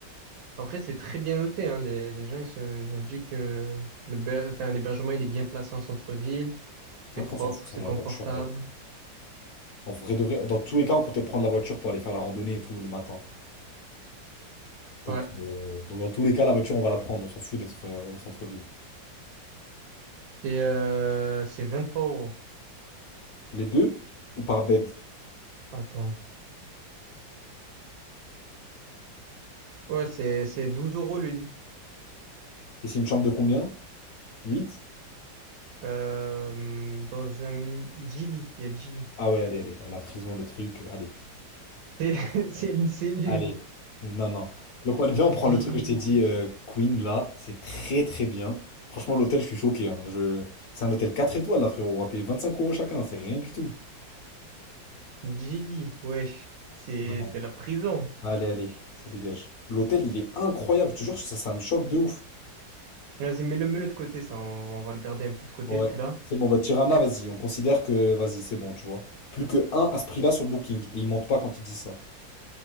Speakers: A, on the right; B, on the left.
A: Après, c'est très bien noté, hein. Les, les gens, ils se, ils ont dit que le, ber- enfin, l'hébergement, il est bien placé en centre-ville.
B: Après,
A: C'est propre,
B: on s'en fout, ça
A: c'est
B: dans
A: confortable.
B: la voiture, en vrai. En vrai de vrai, dans tous les cas, on comptait prendre la voiture pour aller faire la randonnée et tout le matin. Donc,
A: Ouais.
B: euh, donc dans tous les cas, la voiture, on va la prendre. On s'en fout d'être euh, au centre-ville.
A: C'est euh, c'est trois euros.
B: Les deux ou par bed?
A: Attends, Ouais, c'est, c'est 12 euros le lit.
B: Et c'est une chambre de combien? Huit
A: Euh, dans un Gili, il y a Gili.
B: Ah ouais, allez, allez, la prison, le truc, allez,
A: C'est <laughs> c'est une cellule.
B: allez. Non. Non, non. Donc, on vient, on
A: Gili,
B: prend le truc que je t'ai dit, euh, Queen, là, c'est très, très bien. Franchement, l'hôtel, je suis choqué, hein. Je... C'est un hôtel 4 étoiles, là, frérot. On va payer 25 euros chacun, c'est rien du tout.
A: Gili, wesh. C'est
B: Non, non.
A: c'est la prison.
B: Allez, allez, ça dégage. L'hôtel, il est incroyable, tu jures ça, ça me choque de ouf.
A: Vas-y, mets-le, mets-le de côté, ça. On, on va le garder un peu de côté,
B: Ouais.
A: celui-là.
B: C'est bon, bah Tirana, vas-y, on considère que, vas-y, c'est bon, tu vois. Plus que un à ce prix-là sur Booking. Et ils mentent pas quand ils disent ça.